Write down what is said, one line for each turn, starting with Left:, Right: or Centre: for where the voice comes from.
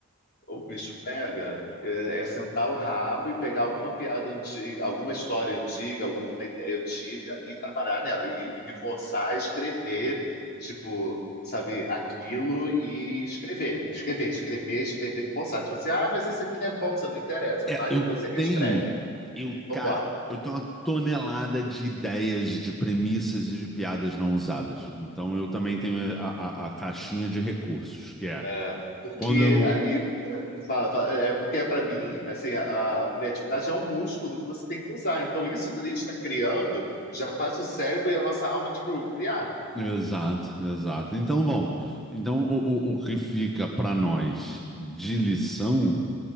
Left: o bicho pega é, é sentar o rabo e pegar alguma piada antiga, alguma história antiga, alguma ideia antiga e trabalhar nela e, e me forçar a escrever, tipo, sabe, aquilo e escrever, escrever, escrever, escrever, forçar. Tipo assim, ah, mas isso aqui não é bom, você não interessa,
Centre: É,
Left: tá?
Centre: eu
Left: Depois você reescreve
Centre: tenho, eu,
Left: e vambora.
Centre: cara, eu tenho uma tonelada de ideias, de premissas e de piadas não usadas. Então eu também tenho a, a- a caixinha de recursos, que é
Left: É, porque
Centre: quando eu não.
Left: aí, é, fala, fala, é é porque para mim assim a, a criatividade é um músculo que você tem que usar. Então isso que a gente está criando já faz o cérebro e a nossa alma tipo, criar.
Centre: Exato, exato. Então, bom, então o, o, o que fica para nós de lição